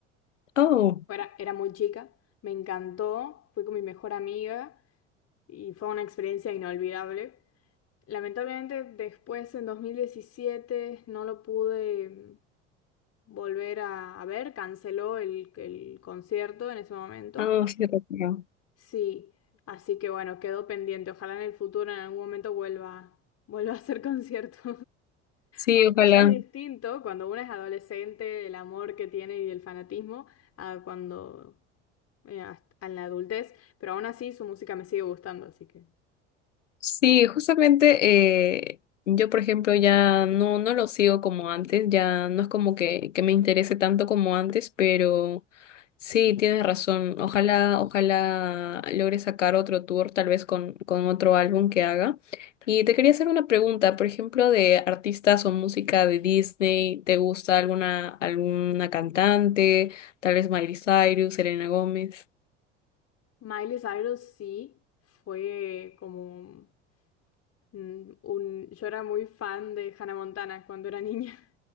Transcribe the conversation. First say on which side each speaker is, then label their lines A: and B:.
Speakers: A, on the left (about 80°); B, on the left (about 45°).
A: Oh,
B: era, era muy chica, me encantó, fui con mi mejor amiga y fue una experiencia inolvidable. Lamentablemente después en 2017 no lo pude volver a, a ver, canceló el, el concierto en ese momento.
A: ah, sí, recuerdo.
B: Sí, así que bueno, quedó pendiente. Ojalá en el futuro, en algún momento, vuelva, <laughs> vuelva a hacer <laughs> conciertos.
A: Sí,
B: Aunque
A: ojalá.
B: ya es distinto cuando uno es adolescente, el amor que tiene y el fanatismo, a cuando eh, hasta- en la adultez, pero aún así su música me sigue gustando, así que.
A: Sí, justamente eh, yo, por ejemplo, ya no, no lo sigo como antes, ya no es como que, que me interese tanto como antes, pero sí, tienes razón. Ojalá, ojalá logre sacar otro tour, tal vez con, con otro álbum que haga. Y te quería hacer una pregunta, por ejemplo, de artistas o música de Disney, ¿te gusta alguna, alguna cantante? Tal vez Miley Cyrus, Selena Gómez.
B: Miley Cyrus sí fue como mm, un... Yo era muy fan de Hannah Montana cuando era <laughs> niña.